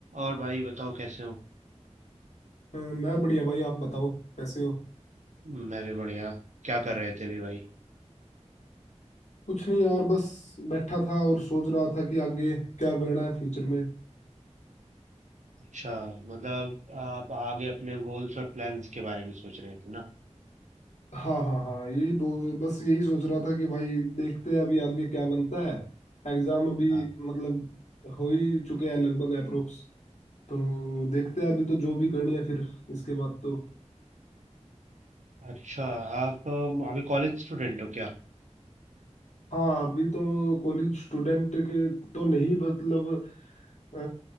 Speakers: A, on the right (about 80°); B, on the left (about 70°).
A: और भाई बताओ कैसे हो
B: अ, मैं बढ़िया भाई आप बताओ कैसे हो
A: मैं भी बढ़िया क्या कर रहे थे अभी भाई
B: कुछ नहीं यार बस बैठा था और सोच रहा था कि आगे क्या करना है फ्यूचर में
A: अच्छा मतलब आप आगे अपने गोल्स और प्लान्स के बारे में सोच रहे थे ना
B: हाँ हाँ हाँ यही बो- बस यही सोच रहा था कि भाई देखते हैं अभी आगे क्या बनता है एग्जाम अभी
A: हाँ
B: मतलब हो ही चुके हैं लगभग अप्रोक्स तो देखते हैं अभी तो जो भी करनी है फिर इसके बाद तो
A: अच्छा आप अम, अभी कॉलेज स्टूडेंट हो क्या
B: हाँ अभी तो कॉलेज स्टूडेंट के तो नहीं मतलब अ,